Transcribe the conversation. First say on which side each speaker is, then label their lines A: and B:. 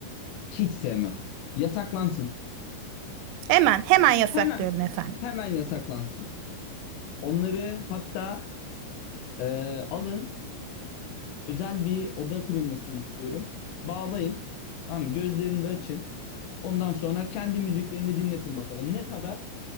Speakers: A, on the left; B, on the right.
A: Hiç sevmem. Yasaklansın.
B: Hemen hemen
A: Tamam.
B: yasaklıyorum
A: Hemen,
B: efendim.
A: hemen yasaklansın. Onları hatta e, alın, özel bir oda kurulmasını istiyorum. Bağlayın, tamam mı? Gözlerini de açın. Ondan sonra kendi müziklerini dinletin bakalım. Ne kadar,